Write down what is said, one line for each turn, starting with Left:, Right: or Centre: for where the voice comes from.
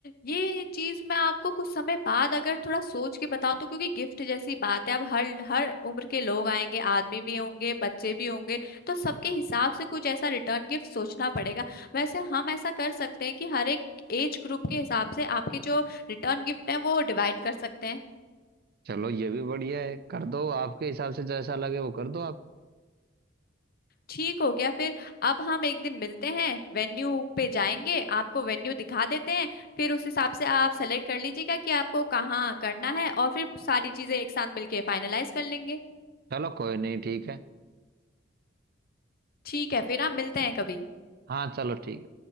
Left: ये चीज मैं आपको कुछ समय बाद अगर थोड़ा सोच के बताऊं तो क्योंकि गिफ्ट जैसी बात है अब हर हर उम्र के लोग आएंगे आदमी भी होंगे बच्चे भी होंगे तो सबके हिसाब से कुछ ऐसा रिटर्न गिफ्ट सोचना पड़ेगा वैसे हम ऐसा कर सकते हैं कि हर एक एज ग्रुप के हिसाब से आपके जो रिटर्न गिफ्ट है वो डिवाइड कर सकते हैं
Right: चलो ये भी बढ़िया है कर दो आपके हिसाब से जैसा लगे वो कर दो आप
Left: ठीक हो गया फिर अब हम एक दिन मिलते हैं वेन्यू पे जाएंगे आपको वेन्यू दिखा देते हैं फिर उस हिसाब से आप सेलेक्ट कर लीजिएगा कि आपको कहाँ करना है और फिर सारी चीजें एक साथ मिलके फाइनलाइज कर लेंगे
Right: चलो कोई नहीं ठीक है
Left: ठीक है फिर हम मिलते हैं कभी
Right: हाँ चलो ठीक